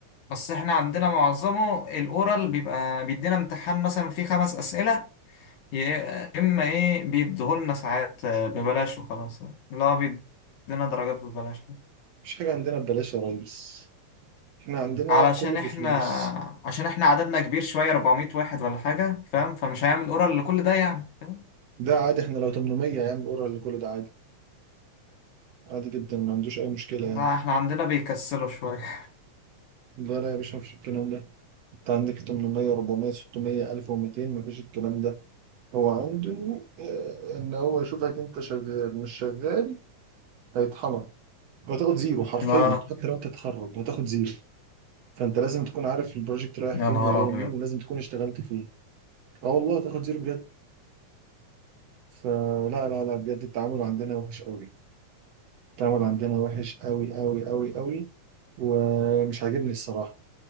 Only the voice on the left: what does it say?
بس احنا عندنا معظمه الاورال بيبقى بيدينا امتحان مثلا فيه خمس اسئله يا إما إيه بيديهولنا ساعات آه، ببلاش وخلاص لا بيدينا درجات ببلاش
علشان
إحنا
عشان إحنا عددنا كبير شوية 400 واحد ولا حاجة فاهم فمش هيعمل أورال لكل ده يعني فاهم
ما
إحنا عندنا بيكسلوا شوية <laughs>
لا
يا
نهار
أبيض